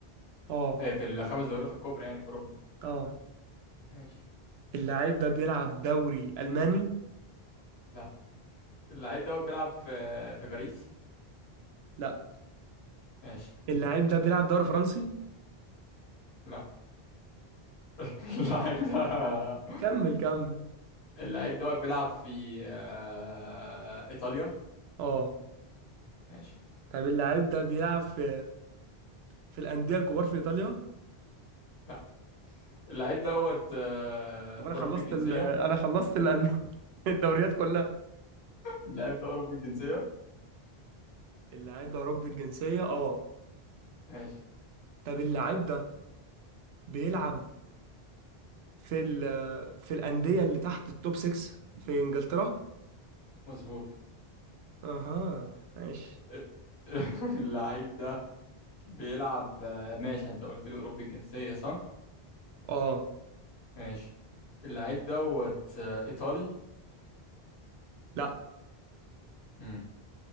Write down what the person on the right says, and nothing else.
اه
اه
اللاعب ده بيلعب دوري ألماني
لا
اللاعب ده بيلعب دوري فرنسي
كمل كمل
اه
طب اللاعب ده بيلعب في في الأندية الكبار في إيطاليا
طب انا
خلصت
ال... انا خلصت الأن- <laughs> الدوريات كلها
اللاعب ده أوروبي الجنسية اه
طب اللاعب ده بيلعب في ال... في الأندية اللي تحت التوب 6 في إنجلترا
اها ماشي
اه
لا